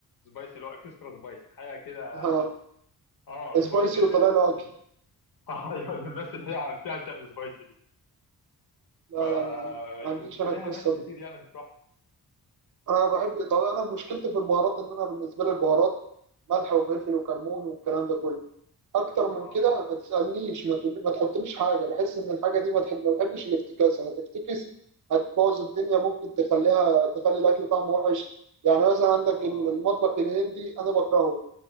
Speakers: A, on the left; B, on the right.
A: سبايسي اللي هو اكسترا سبايسي حاجه كده
B: آه،
A: اه
B: سبايسي
A: سبايسي
B: وطلع له
A: لل-
B: اكل
A: <laughs> اه ايوه للناس اللي هي بتعشق السبايسي دي
B: لا
A: ف
B: لا انا ما عنديش
A: و-
B: انا
A: ولها
B: القصه
A: ناس كتير
B: دي
A: يعني بتروح
B: انا بحب طب انا مشكلتي في البهارات ان انا بالنسبه لي البهارات ملح وفلفل وكمون والكلام ده كله اكتر من
A: اه
B: كده
A: بس
B: ما تسالنيش ما تقولي ما تحطليش حاجه بحس ان الحاجه دي ما تحب ما بحبش الافتكاسه هتفتكس هتبوظ الدنيا ممكن تخليها تخلي الاكل طعمه وحش يعني مثلا عندك
A: اه
B: المطبخ الهندي انا بكرهه